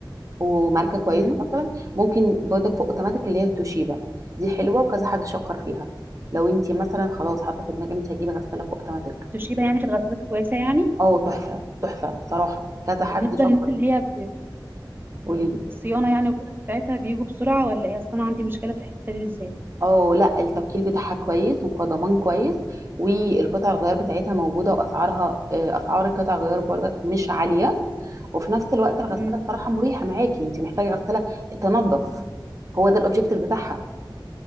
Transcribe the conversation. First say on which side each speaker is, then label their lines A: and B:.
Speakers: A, on the right; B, on the right.
A: وماركه كويسه
B: امم
A: مثلا ممكن برضك في اوتوماتيك اللي هي التوشيبا دي حلوه وكذا حد شكر فيها لو انت مثلا خلاص حاطه في دماغك انت هتجيبي غساله في اوتوماتيك
B: توشيبا يعني في الغسالات كويسه يعني
A: اه تحفة تحفة صراحة كذا حد
B: بالنسبه
A: شكر
B: للناس اللي هي ب... مم.
A: قولي لي
B: الصيانه يعني وكده بتاعتها بيجوا بسرعه ولا ايه اصلا عندي مشكله في الحته دي بالذات
A: اه لا التوكيل بتاعها كويس وكضمان كويس والقطع الغيار بتاعتها موجودة واسعارها آه، اسعار القطع الغيار برضك مش عالية وفي نفس الوقت الغسالة
B: امم
A: بصراحة مريحة معاكي انت محتاجة غسالة تنظف هو ده الاوبجيكتيف بتاعها